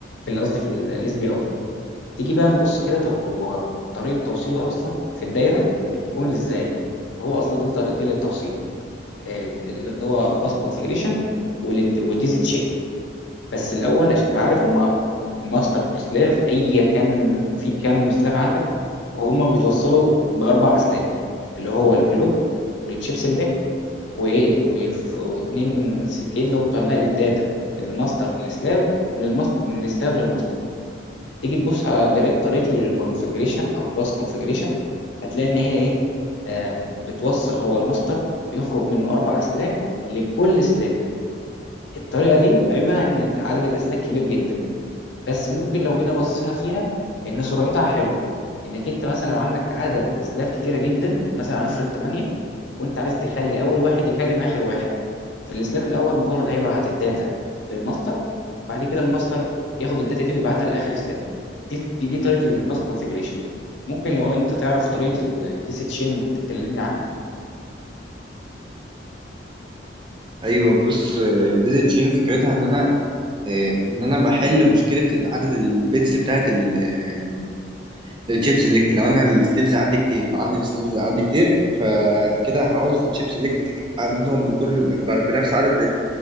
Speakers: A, on the left; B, on the right.
A: في ال- قصدي في الاس بي اي تيجي بقى نبص كده طب هو طريقه توصيله اصلا في الدايره بتكون ازاي فهو اصلا ليه طريقتين للتوصيل آه، اللي هو باس كونفجريشن والديزي بس الاول عشان تبقى عارف هما الماستر والسلاف ايا كان في كام سلاف عندك وهم بيتوصلوا باربع اسلاك اللي هو الكلوك والتشيب سيلكت وايه وف- واثنين سلكين اللي هم بتوع نقل الداتا من الماستر للسلاف ومن الماستر من السلاف للماستر تيجي تبص على طريق- طريقه الكونفجريشن او الباس كونفجريشن هتلاقي ان هي ايه آه بتوصل هو الماستر بيخرج منه اربع اسلاك لكل سلاف الطريقه دي عيبها ان عدد الاسلاك كبير جدا بس ممكن لو جينا بصينا فيها ان سرعتها حلوه انك انت مثلا لو عندك عدد سلاف كتيره جدا مثلا هنفرض 8 وانت عايز تخلي اول واحد يكلم اخر واحد فالسلاف الاول مجرد هيبعت الداتا للماستر بعد كده الماستر ياخد الداتا دي ويبعتها لاخر سلاف دي دي, دي طريقه الباس كونفيجريشن ممكن لو انت تعرف طريقه التي سي تشين تكلمني عنها
B: ايوه بص ديزي تشين فكرتها ان انا آه، ان انا بحل مشكله عدد البيتس بتاعت ال- آه، الشيب سيلكت لو انا السليفز عندي كتير لو عندي السليفز عندي كتير فكده هعوز تشيب سيلكت عددهم بكل ب- بنفس عدد